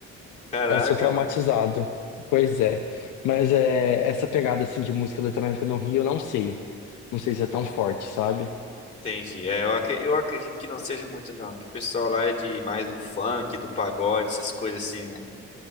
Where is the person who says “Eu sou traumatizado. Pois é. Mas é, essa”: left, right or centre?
Left